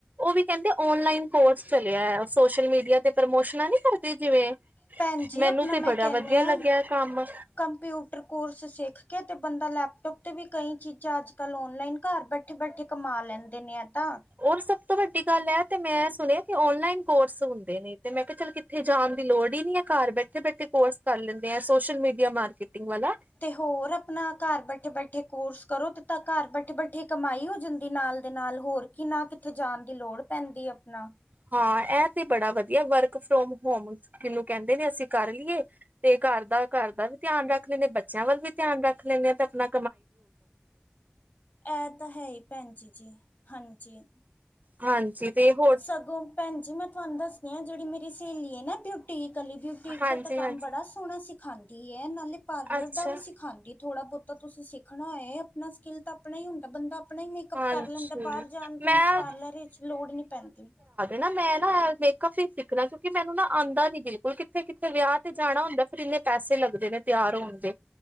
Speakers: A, on the right; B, on the left.
A: ਓ ਵੀ ਕੈਂਦੇ ਓਨਲਾਈਨ ਕੋਰਸ ਚਲੇਆ ਐ ਸੋਸ਼ਲ ਮੀਡੀਆ ਤੇ ਪ੍ਰਮੋਸ਼ਨਾਂ ਨੀ ਕਰਦੇ ਜਿਵੇਂ
B: ਭੈਨ ਜੀ,
A: ਮੈਨੂੰ
B: ਆਪਨਾ
A: ਤੇ
B: ਮੈਂ
A: ਬੜਾ
B: ਕੈਂਨੀ
A: ਵਧੀਆ
B: ਆਂ,
A: ਲੱਗਿਆ ਕੰਮ
B: ਕੰਪਿਊਟਰ ਕੋਰਸ ਸਿੱਖ ਕੇ ਤੇ ਬੰਦਾ ਲੈਪਟੋਪ ਤੇ ਵੀ ਕਈ ਚੀਜ਼ਾਂ ਅੱਜ-ਕੱਲ ਔਨਲਾਈਨ ਘਰ ਬੈਠੇ-ਬੈਠੇ ਕਮਾ ਲੈਂਦੇ ਨੇ ਆਹ ਤਾਂ।
A: ਅੋਰ ਸਭ ਤੋਂ ਵੱਡੀ ਗੱਲ ਐ ਤੇ ਮੈਂ ਸੁਨੇਐ ਔਨਲਾਈਨ ਕੋਰਸ ਹੁੰਦੇ ਨੇ ਤੇ ਮੈਂ ਕਿਆ ਚੱਲ ਕਿੱਥੇ ਜਾਨ ਦੀ ਲੋੜ ਈ ਨੀ ਐ ਘਰ ਬੈਠੇ-ਬੈਠੇ ਕੋਰਸ ਕਰ ਲੈਂਦੇ ਸੋਸ਼ਲ ਮੀਡੀਆ ਮਾਰਕੀਟਿੰਗ ਵਾਲਾ।
B: ਤੇ ਹੋਰ ਆਪਨਾ ਘਰ ਬੈਠੇ-ਬੈਠੇ ਕੋਰਸ ਕਰੋ ਤੇ ਤਾਂ ਘਰ ਬੈਠੇ-ਬੈਠੇ ਕਮਾਈ ਹੋ ਜਾਂਦੀ ਨਾਲ ਦੇ ਨਾਲ ਹੋਰ ਕੀ ਨਾ ਕਿੱਥੇ ਜਾਨ ਦੀ ਲੋੜ ਪੈਂਦੀ ਆਪਨਾ।
A: ਹਾਂ ਐ ਤੇ ਬੜਾ ਵਦੀਆ ਵਰਕ ਫਰੋਮ ਹੋਮ ਕਿਨੂੰ ਕੈਂਦੇ ਨੇ ਅਸੀਂ ਕਰ ਲੀਏ। ਤੇ ਘਰ ਦਾ ਘਰ ਦਾ ਵੀ ਧਿਆਨ ਰੱਖ ਲੈਂਨੇ ਆਂ ਬੱਚਿਆਂ ਵੱਲ ਵੀ ਧਿਆਨ ਰੱਖ ਲੈਂਨੇ ਆ ਤੇ ਆਪਨਾ
B: ਐ ਤਾਂ ਹੈਈ ਭੈਨ ਜੀ-ਜੀ ਹਾਂਜੀ।
A: ਹਾਂਜੀ ਤੇ ਹੋਰ
B: ਸਗੋਂ ਭੈਨ ਜੀ ਮੈਂ ਤਆਨੂੰ ਦੱਸਦੀ ਆਂ ਜੇੜੀ ਮੇਰੀ ਸੇਲੀ ਐ ਨਾ ਬਿਊਟੀਕ ਆਲੀ ਬਿਊਟੀਕ
A: ਹਾਂਜੀ
B: ਦਾ ਤਾਂ ਕੰਮ
A: ਹਾਂਜੀ
B: ਬੜਾ ਸੋਨਾ ਸਿਖਾਂਦੀ ਐ ਨਾਲੇ ਪਾਰਲਰ
A: ਅੱਛਾ
B: ਦਾ ਵੀ ਸਿਖਾਂਦੀ ਐ। ਥੋੜਾ ਬੋਤਾ ਤੁਸੀਂ ਸਿੱਖਨਾ ਹੋਈ ਆਪਨਾ ਸਕਿੱਲ ਤਾਂ ਆਪਨਾ ਈ ਹੁੰਦਾ ਬੰਦਾ ਆਪਨਾ ਈ ਮੇਕਅਪ
A: ਹਾਂਜੀ
B: ਕਰ ਲੈਂਦਾ ਬਾਰ ਜਾਨ ਦੀ
A: ਮੈਂ
B: ਪਾਰਲਰ ਵਿੱਚ ਲੋੜ ਨੀ ਪੈਂਦੀ।
A: ਨਾ ਮੈਂ ਨਾ ਮੇਕਅਪ ਈ ਸਿੱਖਨਾ ਕਿਓਂਕਿ ਮੈਨੂੰ ਨਾ ਆਂਦਾ ਨੀ ਬਿਲਕੁਲ ਕਿੱਥੇ-ਕਿੱਥੇ ਵਿਆਅ ਤੇ ਜਾਨਾ ਹੁੰਦਾ ਫਿਰ ਇੰਨੇ ਪੈਸੇ ਲੱਗਦੇ ਨੇ ਤਿਆਰ ਹੋਨ ਦੇ,